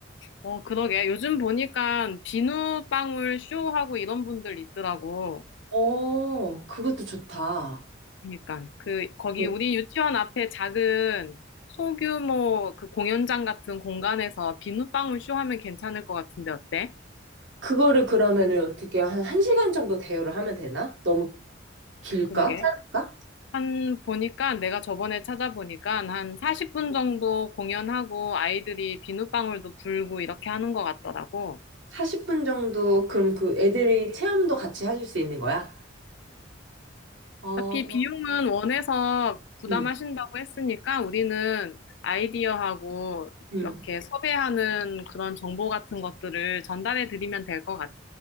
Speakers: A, on the left; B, on the right.
A: 어, 그러게. 요즘 보니까 비누방울 쇼하고 이런 분들 있더라고.
B: 어, 그것도 좋다.
A: 그러니까 그 거기
B: 어,
A: 우리 유치원 앞에 작은 소규모 그 공연장 같은 공간에서 비누방울 쇼 하면 괜찮을 것 같은데 어때?
B: 그거를 그러면은 어떻게 한 1시간 정도 대여를 하면 되나? 너무 길까?
A: 그러게.
B: 짧을까?
A: 한 보니까 내가 저번에 찾아보니까 한 40분 정도 공연하고 아이들이 비누방울도 불고 이렇게 하는 것 같더라고.
B: 40분 정도, 그럼 그 애들이 체험도 같이 해줄 수 있는 거야? 어,
A: 어차피 비용은 원해서 부담하신다고
B: 음,
A: 했으니까 우리는 아이디어하고
B: 음.
A: 이렇게 섭외하는 그런 정보 같은 것들을 전달해 드리면 될 것 같아.